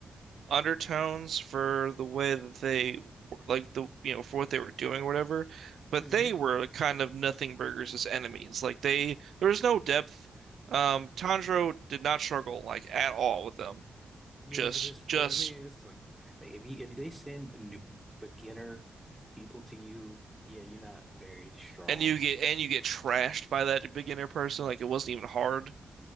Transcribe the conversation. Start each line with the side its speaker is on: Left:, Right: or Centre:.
Right: undertones for the way that they were- like the you know for what they were doing or whatever, but
Centre: hmm
Right: they were kind of nothing burgers as enemies. Like they there was no depth. Um, Tanjiro did not struggle like at all with them.
Centre: Yeah,
Right: Just
Centre: it was his
Right: just
Centre: I mean, it's like like, if he, if they send new beginner people to you, yeah, you're not very strong.
Right: and you get and you get trashed by that beginner person. Like it wasn't even hard.